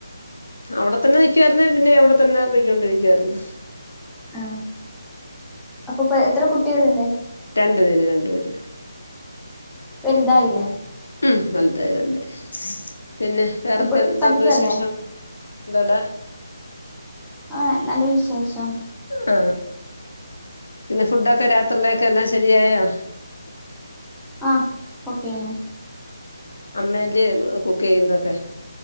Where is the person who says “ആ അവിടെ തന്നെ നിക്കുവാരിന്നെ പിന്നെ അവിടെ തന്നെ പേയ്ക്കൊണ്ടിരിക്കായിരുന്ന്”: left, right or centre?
Left